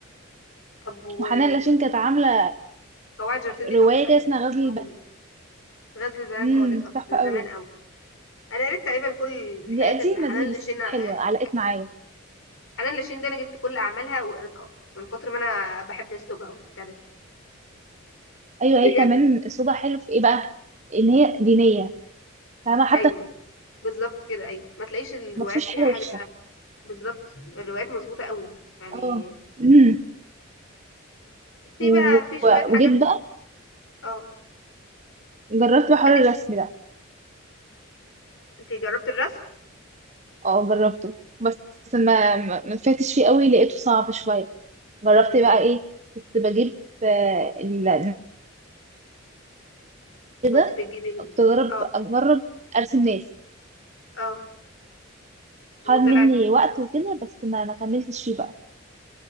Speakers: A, on the left; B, on the right.
A: طب و
B: وحنان
A: و-
B: لاشين كانت عاملة
A: قواعد جارتين دي
B: رواية
A: تحفة
B: كده اسمها غزل البنات.
A: عموما غزل البنات
B: امم
A: اه قريتها بس
B: تحفة
A: من
B: قوي
A: زمان قوي انا قريت تقريبا كل الحاجات
B: دي قديمة
A: اللي حنان
B: دي بس
A: لاشين
B: كانت
A: آه،
B: حلوة علقت معايا
A: حنان لاشين ده انا جبت كل اعمالها وقريتها من كتر ما انا بحب اسلوبها وكتابتها
B: ايوه
A: <laughs> بجد
B: هي كمان اسلوبها حلو في ايه بقى ان هي دينية فاهمة حتى
A: ايوه بالظبط كده ايوه ما تلاقيش الروايات
B: ما فيهوش
A: فيها
B: حاجة
A: حاجة
B: وحشة
A: بالظبط الروايات مظبوطة قوي يعني
B: اه امم
A: في
B: و-
A: بقى في شوية
B: و-
A: حاجات
B: وجيت بقى
A: اه
B: جربت بقى حوار
A: عندك
B: الرسم ده
A: انت جربت الرسم
B: اه جربته بس ما ما ما فاتش فيه قوي لقيته صعب شوية جربت
A: مم.
B: بقى ايه كنت بجيب آه، ال- كده
A: كنت بتجيب ال-
B: كنت اجرب
A: اه
B: اجرب ارسم ناس
A: اه وطلعت
B: خد مني وقت وكده بس ما ما كملتش فيه بقى